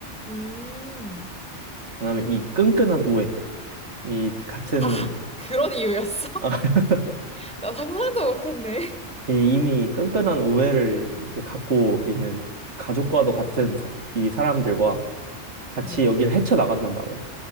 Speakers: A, in the centre; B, on the right (about 75°).
A: 음.
B: 그다음에 이 끈끈한 우애, 이 같은
A: 아, 그런 이유였어?
B: <laughs>
A: <laughs> 나 상상도 못했네.
B: 이 이미 끈끈한 우애를 이제 갖고 있는 가족과도 같은 사- 이 사람들과 같이
A: 음,
B: 여기를 헤쳐나간단 말이야.